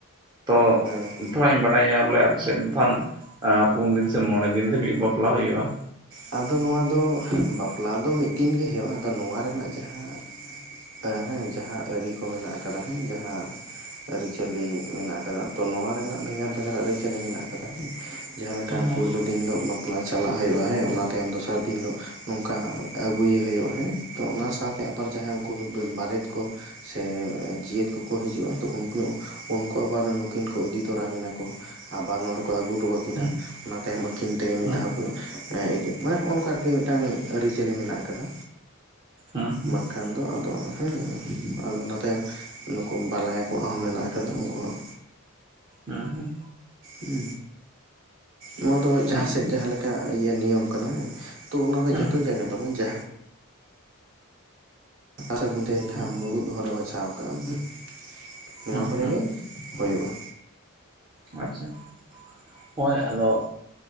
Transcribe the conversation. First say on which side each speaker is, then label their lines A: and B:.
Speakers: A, on the right; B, on the right.
A: ᱛᱚ
B: ᱦᱮᱸ
A: ᱛᱷᱚᱲᱟᱧ ᱵᱟᱲᱟᱭᱟ ᱵᱚᱞᱮ ᱟᱯᱮᱥᱮᱫ ᱫᱷᱚᱱ ᱯᱩᱱ ᱫᱤᱱ ᱥᱮ ᱢᱚᱬᱮ ᱫᱤᱱ ᱫᱷᱟᱹᱵᱤᱡ ᱵᱟ ᱠᱚᱨᱟᱣ ᱦᱩᱭᱩᱜ-ᱟ
B: ᱟᱫᱚ ᱱᱚᱣᱟ ᱫᱚ ᱵᱟᱯᱞᱟ ᱫᱚ ᱢᱤᱫ ᱫᱤᱱ ᱜᱮ ᱦᱮᱣᱟ ᱟᱫᱚ ᱱᱚᱣᱟ ᱨᱮᱱᱟᱜ ᱡᱟᱦᱟᱸ ᱦᱮᱸ ᱦᱮᱸ ᱡᱟᱦᱟᱸ ᱟᱹᱨᱤ ᱠᱚ ᱢᱮᱱᱟᱜ ᱟᱠᱟᱫᱟ ᱦᱮᱸ ᱡᱟᱦᱟᱸ ᱟᱹᱨᱤᱪᱟᱹᱞᱤ ᱢᱮᱱᱟᱜ ᱟᱠᱟᱫᱟ ᱛᱚ ᱱᱚᱣᱟ ᱨᱮᱱᱟᱜ ᱵᱷᱮᱜᱟᱨᱼᱵᱷᱮᱜᱟᱨ ᱟᱹᱨᱤᱼᱪᱟᱹᱞᱤ ᱢᱮᱱᱟᱜ ᱠᱟᱫᱟ ᱦᱮᱸ᱾ ᱡᱟᱦᱟᱸ ᱞᱮᱠᱟ
A: ᱦᱮᱸ ᱦᱮᱸ
B: ᱯᱳᱭᱞᱳ ᱫᱤᱱ ᱦᱤᱞᱳᱜ ᱵᱟᱯᱞᱟ ᱪᱟᱞᱟᱜ ᱦᱳᱭᱳᱜᱼᱟ᱾ ᱦᱮᱸ ᱚᱱᱟ ᱛᱟᱭᱚᱢ ᱫᱚ ᱥᱟᱹᱨᱫᱤ ᱦᱤᱞᱳᱜ ᱱᱚᱝᱠᱟ ᱟᱹᱜᱩᱭᱮ ᱦᱩᱭᱩᱜ-ᱟ ᱦᱮᱸ ᱛᱚ ᱚᱱᱟ ᱥᱟᱶᱛᱮ ᱟᱵᱟᱨ ᱡᱟᱦᱟᱸ <unintelligible> ᱫᱚ ᱵᱟᱨᱮᱛ ᱠᱚ ᱥᱮ ᱡᱤᱭᱟᱹᱛ ᱠᱚᱠᱚ ᱦᱤᱡᱩᱜ-ᱟ ᱛᱚ ᱩᱱᱠᱩ, ᱩᱱᱠᱩ ᱟᱵᱟᱨ ᱱᱩᱠᱤᱱ ᱠᱚ ᱤᱫᱤ ᱛᱚᱨᱟ ᱠᱤᱱᱟ ᱠᱚ᱾ ᱟᱵᱟᱨ ᱱᱚᱸᱰᱮ ᱠᱚ ᱟᱹᱜᱩ ᱦᱚᱴᱚ ᱟᱹᱠᱤᱱᱟ
A: ᱦᱮᱸ
B: ᱚᱱᱟ ᱛᱟᱭᱚᱢ ᱟᱹᱠᱤᱱ ᱛᱮᱜᱮ ᱢᱤᱫ
A: ᱦᱮᱸ
B: ᱫᱷᱟᱣ ᱛᱮ ᱦᱮᱸ ᱤᱠᱟᱹᱜ ᱢᱮ ᱦᱚᱸᱜᱼᱚ ᱱᱚᱝᱠᱟ ᱟᱨᱠᱤ ᱢᱤᱴᱟᱝ ᱟᱹᱨᱤᱼᱪᱟᱹᱞᱤ ᱢᱮᱱᱟᱜ ᱟᱠᱟᱫᱟ᱾
A: ᱦᱮᱸ ᱦᱮᱸ
B: ᱵᱟᱝᱠᱷᱟᱱ ᱫᱚ ᱟᱫᱚ ᱦᱩᱸ ᱟᱫᱚ ᱚᱱᱟ ᱛᱟᱭᱚᱢ ᱱᱩᱠᱩ ᱵᱟᱞᱟᱭᱟ ᱠᱚᱣᱟᱜ ᱦᱚᱸ ᱢᱮᱱᱟᱜ ᱟᱠᱟᱫᱟ ᱩᱱᱠᱩᱣᱟᱜ
A: ᱮ ᱦᱮ
B: ᱦᱩ ᱱᱚᱣᱟ ᱫᱚ ᱡᱟᱦᱟᱸᱥᱮᱫ
A: ᱦᱮᱸ ᱦᱮᱸ
B: ᱡᱟᱦᱟᱸᱞᱮᱠᱟ ᱤᱭᱟᱹ ᱱᱤᱭᱚᱢ ᱠᱟᱱᱟ ᱛᱚ ᱚᱱᱟ ᱫᱚ
A: ᱦᱩᱸ
B: ᱡᱷᱚᱛᱚ ᱡᱟᱭᱜᱟ ᱨᱮᱫᱚ ᱵᱟᱝ, ᱡᱟᱦᱟᱸ <unintelligible> ᱡᱟᱦᱟᱸ
A: ᱦᱩᱸ
B: ᱢᱩᱬᱩᱫ ᱦᱚᱨᱮ ᱵᱟᱪᱷᱟᱣ ᱠᱟᱜ-ᱟ ᱦᱩᱸ ᱱᱚᱣᱟ
A: ᱦᱩᱸ
B: ᱠᱚᱨᱮ
A: ᱦᱩᱸ
B: ᱜᱮ ᱦᱳᱭᱳᱜ-ᱟ᱾
A: ᱟᱪᱪᱷᱟ ᱦᱚᱭ ᱟᱫᱚ